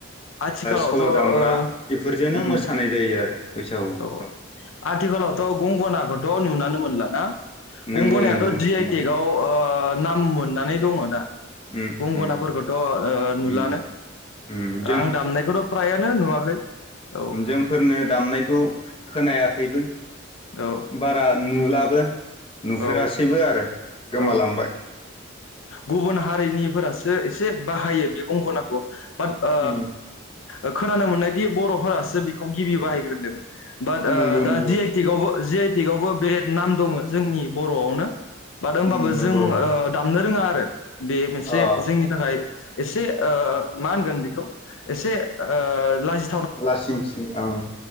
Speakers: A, on the left (about 75°); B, on the left (about 30°).
A: आथिखालावथ'
B: सल'
A: ओ
B: दामग्रा बेफोरजोंनो
A: उम
B: मोसानाय जायो। आरो बैसागुफ्राव
A: औ आथिखालावथ' गंगना खौथ' नुनानै मोनला ना
B: नंगौ
A: गंगोनायाथ'
B: नंगौ नंगौ
A: जि आइ टेग आव ओ नाम मोननानै दङ दा
B: उम
A: गंगनाफोरखोथ'
B: उम
A: ओ नुलानो
B: उम उम
A: आं दामनायखौथ' प्रायानो नुवाखै औ
B: उम जोंफोरनो दाम नायखौ खोनायाखैबो
A: औ
B: बारा नुला ओ नुफेरासैबो
A: औ
B: आरो गोमालांबाय
A: औ गुबुन हारिनिफोरासो एसे बाहायो बे गंगोनाखौ बाट ओ
B: उम
A: ओ खोनानो मोननायदि बर'फोरासो बिखौ गिबि बाहायग्रोदों बाट ओ
B: नंगौ
A: दा
B: नंगौ
A: जि आइ टेकआवबो जि आइ टेक आवबो बिरेट नाम दङ जोंनि बर'आवनो बाद ओ ओमबाबो
B: उम नंगौ
A: जों ओ दामनो जोंहा <unintelligible> बे मोनसे
B: औ
A: जोंनि थाखाय एसे ओ मा होनगोन बिखौ एसे ओ लाजि
B: लासिं सिं ओं